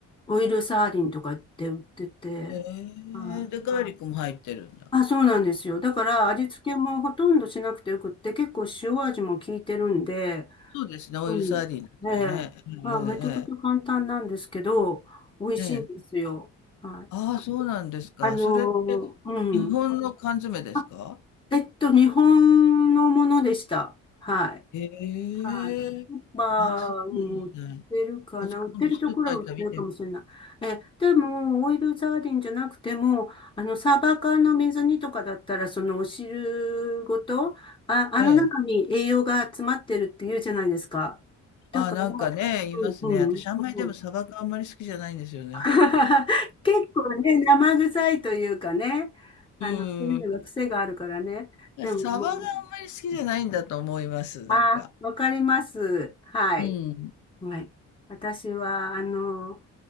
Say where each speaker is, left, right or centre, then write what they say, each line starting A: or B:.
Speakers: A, on the left; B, on the left.
A: オイルサーディンとかって売ってて、
B: へえで、
A: はい。
B: ガーリックも入ってるんだ。
A: あ、そうなんですよ。だから味付けもほとんどしなくてよくって、結構塩味も効いてるんで、
B: そうですね、オイルサーディンだったらね。
A: うん。ええ。
B: え
A: まあ、めちゃくちゃ簡単なんですけど、美味しいんですよ。
B: えええ。ええ。
A: はい。
B: ああ、そうなんですか。
A: あのーうん。
B: それって、日本の缶詰ですか
A: あ、えっと、日本のものでした。はい。
B: へえ。
A: はい。スーパーにも売ってるかな。
B: ああ、そうなんだ。あ、じゃあ今度スーパー行ったら見て。
A: 売ってるところは売ってるかもしれない。え、でも、オイルサーディンじゃなくても、あの、サーバー缶の水煮とかだったら、そのお汁ごと、あ、あの中に栄養が詰まってるって言うじゃないですか。
B: ええ。
A: だから、
B: ああ、なんかね、いますね。
A: うん、うん。
B: 私あんまりでもサバがあんまり好きじゃないんですよね。
A: そう <laughs> 結構ね、生臭いというかね、あの、
B: うん。
A: そういうのが癖があるからね。でも、
B: サバがあんまり好きじゃないんだと思います、
A: もう、あ、
B: なんか。
A: わかります。はい。
B: うん。
A: はい。私は、あの、